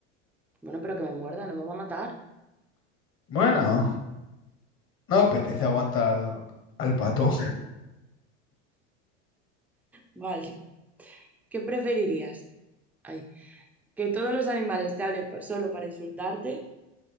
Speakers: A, in the centre; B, on the left (about 35°).
A: Bueno, pero que me muerda, no me va a matar.
B: Bueno, no apetece aguantar al, al pato.
A: Vale. ¿Qué preferirías? Ay, ¿Que todos los animales te hablen pa- solo para insultarte?